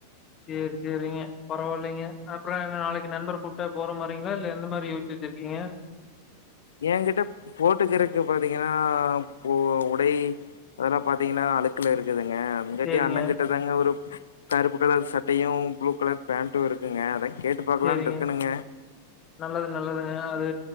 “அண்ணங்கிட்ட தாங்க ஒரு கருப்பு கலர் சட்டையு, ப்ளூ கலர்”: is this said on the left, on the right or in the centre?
Left